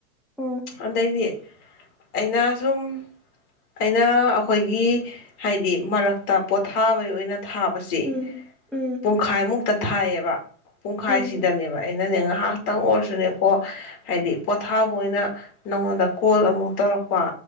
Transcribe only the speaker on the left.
ꯑꯗꯩꯗꯤ ꯑꯩꯅ ꯁꯨꯝ ꯑꯩꯅ ꯑꯈꯣꯏꯒꯤ ꯍꯥꯏꯗꯤ ꯃꯔꯛꯇ ꯄꯣꯊꯥꯕꯩ ꯑꯣꯏꯅ ꯊꯥꯕꯁꯦ
ꯄꯨꯡꯈꯥꯏꯃꯨꯛꯇ ꯊꯥꯏꯌꯦꯕ ꯄꯨꯡꯈꯥꯏꯁꯤꯗꯅꯦꯕ
ꯑꯩꯅꯅꯦ ꯉꯥꯏꯍꯥꯛꯇꯪ ꯑꯣꯏꯔꯁꯨꯅꯦꯀꯣ ꯍꯥꯏꯗꯤ ꯄꯣꯊꯥꯕ ꯑꯣꯏꯅ ꯅꯉꯣꯟꯗ ꯀꯣꯜ ꯑꯃꯨꯛ ꯇꯧꯔꯛꯄ